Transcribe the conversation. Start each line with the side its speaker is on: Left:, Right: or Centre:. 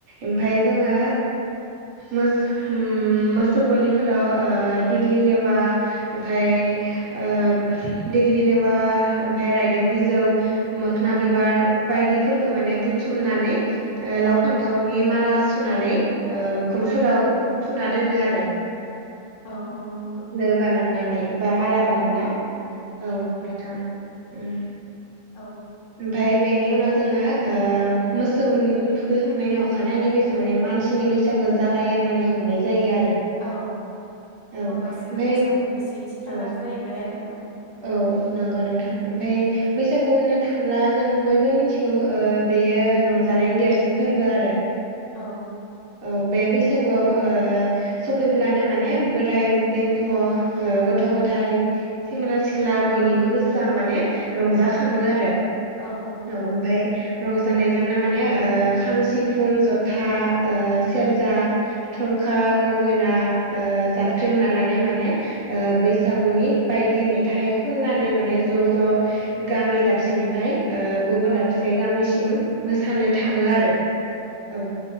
Right: ओमफाय जोंङो मोसौ। उम मोसौ गलिफोराव ओ दिग्लि लेवा ओमफाय ओ दिग्लि लेवा ओमफाय रायदों बिजौ मोखोना
Left: औ
Right: बिबार बायदिफोरखो माने बुथुमनानै ओ
Left: औ
Right: लाव फान थावनि माला सुनानै ओ उखुमफोराव थुना दोनो आरो।
Left: अ अ नंगौ
Right: लो बानामनानै बा माला बानामना
Left: औ
Right: औ नोंथां उम
Left: औ
Right: ओमफाय बेनि उनाव जोंङो ओ मोसौनि थुखैखांनायनि अखानायनि फायसो माने मानसिनि बैसागु जागायो होननानै हमनाय जायो आरो।
Left: औ
Right: औ ओमफाय
Left: ओमबासो बैसागुनि से थि खालार
Right: औ
Left: जाहैबाय आरो औ
Right: औ नंगौ नोंथां ओमफाय बैसागु होननो थांब्ला जों बयबो मिथिगौ ओ बेयो रंजानायनि देरसिन फोरबो आरो।
Left: औ
Right: औ बे बैसागुआव ओ सफैब्लानो माने बोराय बेन्थ' ओ गथ'
Left: औ
Right: गथाइ सेंग्रा सिख्ला बयनिबो गोसोआ माने रंजा खाङो
Left: औ
Right: आरो
Left: औ नंगौ
Right: औ ओमफाय रंजानायजोंनो माने ओ खाम सिफुं जथा ओ सेर्जा थरखा गंगोना ओ
Left: औ
Right: जाबख्रिं लानानै माने ओ बैसागुनि बायदि मेथाइ खननानै माने ज' ज' गामि दाबसेनिफ्राय गुबुन
Left: औ
Right: दाबसे गामिसिम मोसानो थाङो
Left: औ
Right: आरो औ